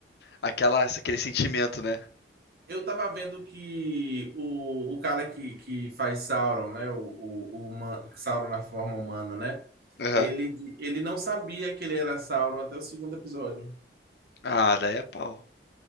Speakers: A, on the left (about 65°); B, on the right (about 55°).
A: aquela aquele sentimento, né?
B: Eu tava vendo que o, o cara que, que faz Sauron, né? O, o, o huma- Sauron na forma humana, né?
A: Aham.
B: Ele, ele não sabia que ele era Sauron até o segundo episódio.
A: Ah, daí é pau.